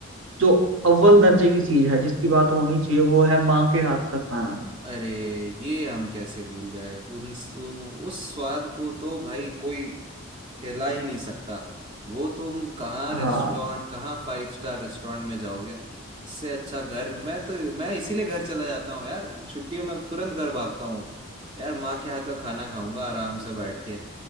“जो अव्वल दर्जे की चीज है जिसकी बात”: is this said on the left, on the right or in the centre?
Right